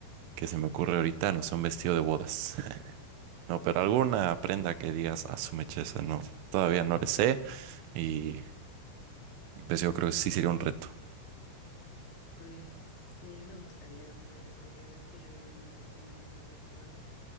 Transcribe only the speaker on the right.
que se me ocurre ahorita, no sé, un vestido de bodas. <laughs> No, pero alguna prenda que digas, a su mecheza, no, todavía no le sé.
Y pues yo creo que sí sería un reto.